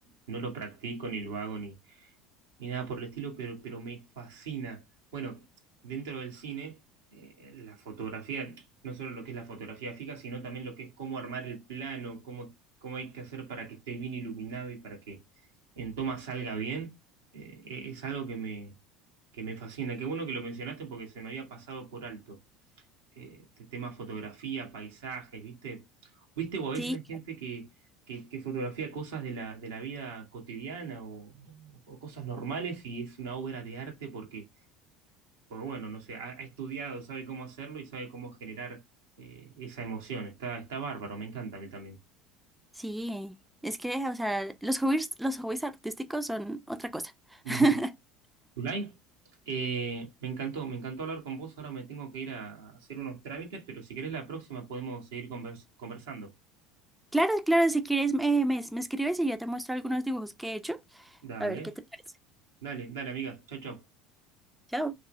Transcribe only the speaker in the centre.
Sí,
Sí, es que, o sea, los hobbies, los hobbies artísticos son otra cosa.
<laughs>
Claro, claro, si quieres, eh, me, me escribes y yo te muestro algunos dibujos que he hecho.
A ver qué te parece.
Chao.